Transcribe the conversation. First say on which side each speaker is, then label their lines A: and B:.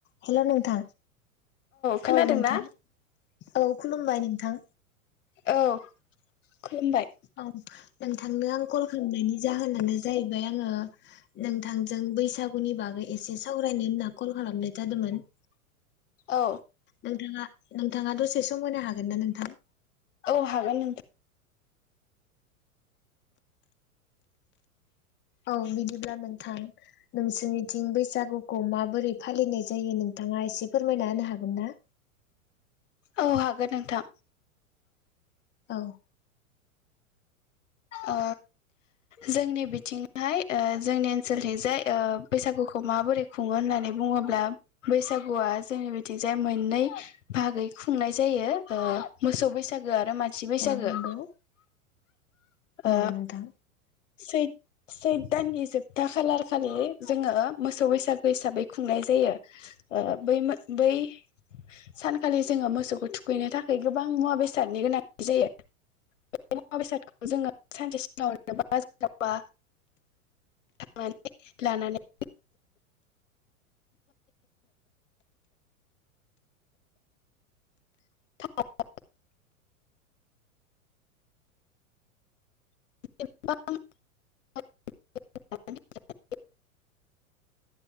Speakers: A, on the left (about 25°); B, on the left (about 60°).
A: हेलौ नोंथां
B: खोनादों
A: औ नोंथां
B: ना?
A: औ खुलुमबाय नोंथां।
B: औ खुलुमबाय
A: औ नोंथांनो आं कल खालामनायनि जाहोनानो जाहैबाय, आङो नोंथांजों बैसागुनि बागै एसे सावरायनो होनना कल खालामनाय जादोंमोन,
B: औ
A: नोंथाङा नोंथाङा दसे सम होनो हागोन ना नोंथां?
B: औ हागोन नोंथां,
A: औ बिदिब्ला नोंथां नोंसोरनिथिं बैसागुखौ माबोरै फालिनाय जायो नोंथाङा एसे फोरमायना होनो हागोन ना?
B: औ हागोन नोंथां,
A: औ
B: ओ जोंनि बिथिंहाय ओ जोंनि ओनसोलथिंजाय ओ बैसागु खौ माबोरै खुङो होननानै बुङोब्ला, बैसागुआ जोंनि बिथिंजाय मोननै बाहागै खुंनाय जायो ओ मोसौ बैसागोआ आरो मानसि बैसागो,
A: औ नंगौ औ
B: ओ
A: नोंथां
B: सै सैथ दाननि जोबथा खालारखालि जोङो मोसौ बैसागु हिसाबै खुंनाय जायो ओ बै मो बै सानखालि जोङो मोसौखौ थुखैनो थाखाय गोबां मुवा बेसादनि गोनांथि जायो बे मुवा बेसादखौ जोङो सानसे सिगाङावबा जेनबा थांनानै लानानै <unintelligible> <unintelligible>